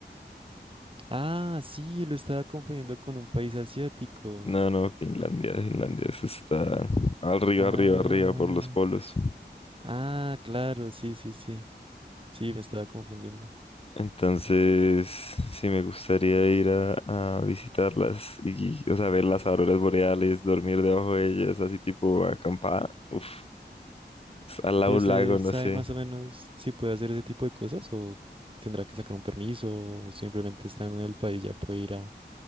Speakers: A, on the right (about 30°); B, on the left (about 35°).
A: Ah, sí, lo estaba confundiendo con un país asiático.
B: No, no, Finlandia, Finlandia, eso está arriba,
A: Ah,
B: arriba, arriba por los polos.
A: ah, claro, sí, sí, sí. Sí, me estaba confundiendo.
B: Entonces, sí me gustaría ir a, a visitarlas y, o sea, ver las auroras boreales, dormir debajo de ellas, así tipo acampada. Uf, es al lado
A: Pero
B: de
A: usted
B: un lago,
A: sabe
B: no sé.
A: más o menos si puede hacer ese tipo de cosas o tendrá que sacar un permiso o simplemente está en el país ya puede ir a,